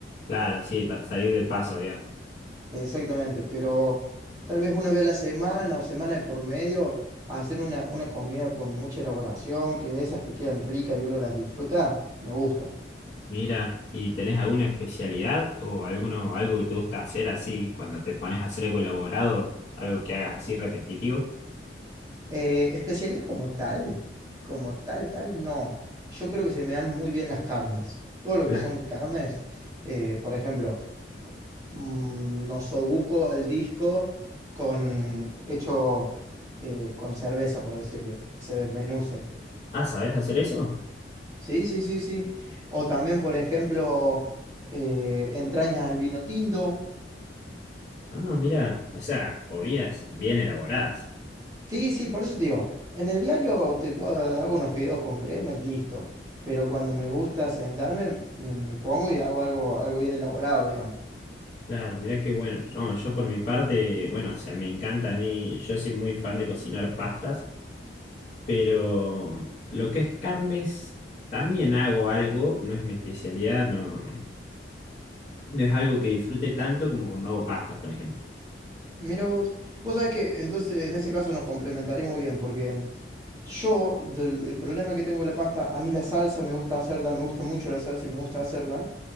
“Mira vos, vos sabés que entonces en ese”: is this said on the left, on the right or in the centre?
Right